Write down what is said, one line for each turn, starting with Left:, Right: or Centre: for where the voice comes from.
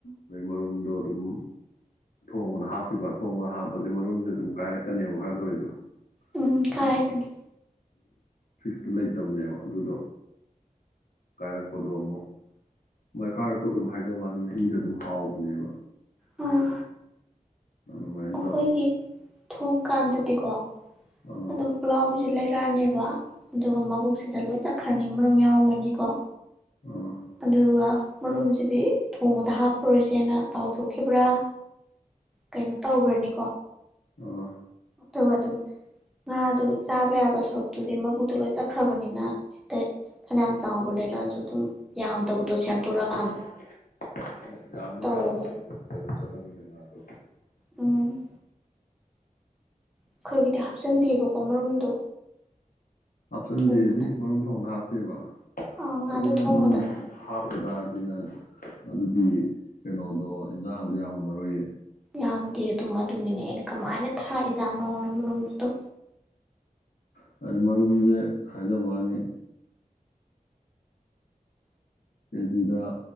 Left: ꯑꯗꯩ ꯃꯔꯨꯝꯗꯣ ꯑꯗꯨꯝ ꯊꯣꯡꯕꯗ ꯍꯥꯞꯈꯤꯕ ꯊꯣꯡꯕꯗ ꯍꯥꯞꯄꯖꯦ ꯃꯔꯨꯝꯖꯦ ꯑꯗꯨꯝ ꯀꯥꯏꯔꯛꯀꯅꯦꯕ ꯈꯔꯇ ꯑꯣꯏꯖꯨ
Centre: ꯎꯝ
Left: ꯑꯗꯨꯝ
Centre: ꯀꯥꯏꯕꯅꯦ
Left: ꯐꯤꯛꯁꯇ ꯂꯩꯇꯕꯅꯦꯕ ꯑꯗꯨꯗꯣ ꯀꯥꯏꯔꯛꯄꯗꫭ ꯑꯃꯨꯛ ꯃꯥꯏ ꯀꯥꯔꯛꯄꯗꯣ ꯑꯗꯨꯝ ꯍꯥꯏꯖꯕꯩ ꯋꯥꯅꯤ ꯃꯍꯤꯗ ꯑꯗꯨꯝ ꯍꯥꯎꯕꯅꯦꯕ
Centre: ꯑꯥ
Left: ꯑꯗꯨꯃꯥꯏꯟ
Centre: ꯑꯩꯈꯣꯏꯒꯤ ꯊꯣꯡꯀꯥꯟꯗꯗꯤꯀꯣ
Left: ꯑꯥ
Centre: ꯑꯗꯨꯝ ꯄꯨꯂꯥꯎꯕꯤꯁꯦ ꯂꯩꯔꯛꯑꯅꯦꯕ ꯑꯗꯨꯒ ꯃꯕꯨꯛꯁꯤ ꯂꯣꯏ ꯆꯠꯈ꯭ꯔꯅꯤ ꯃꯔꯨꯝ ꯌꯥꯎꯔꯝꯃꯅꯤꯀꯣ
Left: ꯑꯥ
Centre: ꯑꯗꯨ ꯑꯗꯨꯒ ꯃꯔꯨꯝꯁꯤꯗꯤ ꯊꯣꯡꯕꯗ ꯍꯥꯞꯄꯔꯣꯏꯁꯦꯅ ꯇꯥꯎꯊꯣꯛꯈꯤꯕ꯭ꯔꯥ ꯀꯩꯅꯣ ꯇꯧꯒ꯭ꯔꯅꯤ
Left: ꯑꯥ
Centre: ꯇꯨꯒꯥ ꯗꯨꯝ ꯉꯥꯗꯨ ꯆꯥꯕ ꯌꯥꯕ ꯁꯔꯨꯛꯇꯨꯗꯤ ꯃꯕꯨꯨꯛꯇ ꯂꯣꯏ ꯆꯠꯈ꯭ꯔꯕꯅꯤꯅ ꯍꯦꯛꯇ ꯐꯅꯌꯥꯝ ꯆꯥꯎꯕ ꯂꯩꯔꯛꯑꯖꯨ ꯑꯗꯨꯝ ꯌꯥꯝꯗꯕ ꯇꯣ ꯁꯦꯝꯇꯣꯔꯛ
Left: <unintelligible> ꯍꯣꯏ ꯌꯥꯝꯕꯨꯗꯤ
Centre: ꯇꯧꯋꯦꯕ
Left: ꯌꯥꯝꯗꯕꯅꯦ ꯃꯔꯨꯝ ꯆꯠꯂꯝꯅꯤꯅ ꯉꯥꯗꯣ
Centre: ꯎꯝ ꯑꯩꯈꯣꯏꯒꯤꯗꯤ ꯍꯥꯞꯆꯟꯗꯦꯕꯀꯣ ꯃꯔꯨꯝꯗꯣ
Left: ꯍꯥꯞꯆꯟꯗꯦꯗꯤ
Centre: ꯊꯣꯡꯕꯗ
Left: ꯃꯔꯨꯝ ꯊꯣꯡꯕꯗ ꯍꯥꯞꯇꯦꯕ
Centre: ꯑꯥ ꯉꯥꯗꯣ
Left: ꯑꯗꯨ ꯅꯪ
Centre: ꯊꯣꯡꯕꯗ
Left: ꯃꯔꯨꯝ ꯊꯣꯡ ꯍꯥꯞꯇ ꯇꯥꯔꯗꯤ ꯅꯪ ꯑꯗꯨꯗꯤ ꯀꯩꯅꯣꯗꯣ ꯏꯟꯖꯥꯡꯗꯣ ꯌꯥꯝꯃꯝ ꯃꯔꫭꯏꯌꯦ
Centre: ꯌꯥꯝꯗꯦ ꯑꯗꯨꯝ ꯑꯗꯨꯒꯤꯅꯦ ꯑꯩꯅ ꯀꯃꯥꯏꯅ ꯊꯥꯛꯏꯖꯥꯠꯅꯣꯅ ꯃꯔꯨꯝ ꯑꯗꯨꯝ
Left: <unintelligible> ꯃꯔꯨꯝꯖꯦ ꯍꯥꯏꯖꯕꯋꯥꯅꯤ ꯀ‌ꯦꯖꯤꯗ